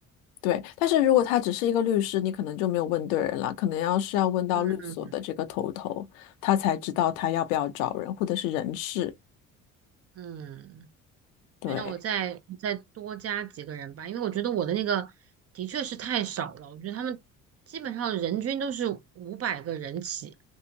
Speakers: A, on the left; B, on the right.
A: 对，但是如果他只是一个律师，你可能就没有问对人了，可能要是要问到律所的这个头头，
B: 嗯
A: 他才知道他要不要找人，或者是人事。
B: 嗯，
A: 对，
B: 对，那我再再多加几个人吧，因为我觉得我的那个的确是太少了，我觉得他们基本上人均都是五百个人起，